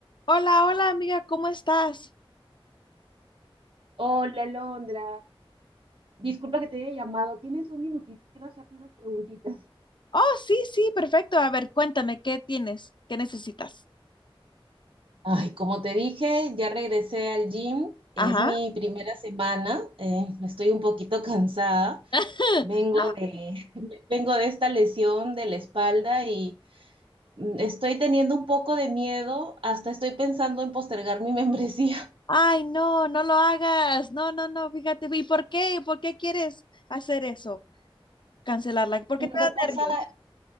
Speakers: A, on the left (about 55°); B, on the right (about 65°).
A: Hola, hola amiga, ¿cómo estás?
B: Hola, Alondra. Disculpa que te haya llamado. ¿Tienes un minutito? Quiero hacerte unas preguntitas.
A: Oh, sí, sí, perfecto. A ver, cuéntame, ¿qué tienes? ¿Qué necesitas?
B: Ay, como te dije, ya regresé al gym. Es
A: Ajá.
B: mi primera semana. eh, estoy un poquito <laughs> cansada.
A: <laughs>
B: Vengo de, <laughs> vengo de esta lesión de la espalda y mm, estoy teniendo un poco de miedo. Hasta estoy pensando en postergar mi membresía.
A: Ay, no, no lo hagas. No, no, no, fíjate. ¿Y por qué? ¿Por qué quieres hacer eso? Cancelarla.
B: <laughs>
A: ¿Por
B: Lo
A: qué te
B: que
A: da
B: pasa
A: nervios?